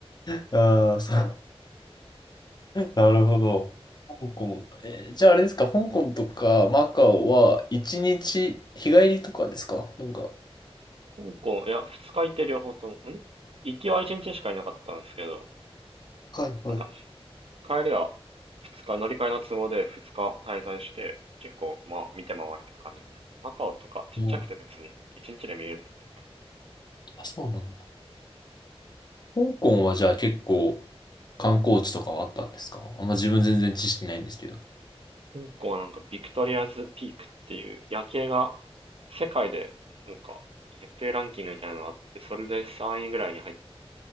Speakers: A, on the left (about 40°); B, on the right (about 65°).
A: に。ああ、そう。なるほど。香港。えーじゃああれですか、香港とかマカオは一日日帰りとかですかなんか。
B: 香港、いや、二日いて両方とも、ん行きは一日しかいなかったんですけど、
A: はいはい。
B: なんか、帰りは二日、乗り換えの都合で二日滞在して、結構、まあ、見て回れた感じです。マカオとかちっちゃくて別に一日で見れるんで、
A: うん。あ、そうなんだ。香港はじゃあ結構観光地とかはあったんですかあんま自分全然知識ないんですけど。
B: 香港はなんかビクトリアズピークっていう夜景が世界でなんか夜景ランキングみたいなのがあって、それで3位ぐらいに入っ